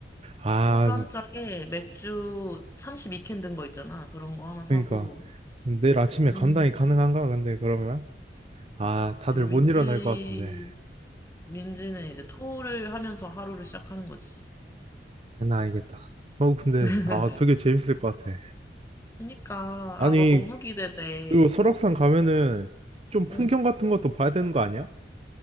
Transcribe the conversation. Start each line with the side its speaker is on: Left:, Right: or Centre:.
Right: 아,
Left: 소주 한 짝에 맥주 32캔 든 거 있잖아. 그런 거 하나 사고,
Right: 그러니까. 내일 아침에
Left: 음,
Right: 감당이 가능한가? 근데 그러면? 아, 다들
Left: 이제 민지,
Right: 못 일어날 것 같은데.
Left: 민지는 이제 토를 하면서 하루를 시작하는 거지.
Right: 장난 아니겠다. 어, 근데,
Left: <laughs>
Right: 아, 되게 재밌을 것 같아.
Left: 그니까, 러 아,
Right: 아니,
Left: 너 너무 기대돼.
Right: 그리고 설악산 가면은 좀 풍경
Left: 응,
Right: 같은 것도 봐야 되는 거 아니야?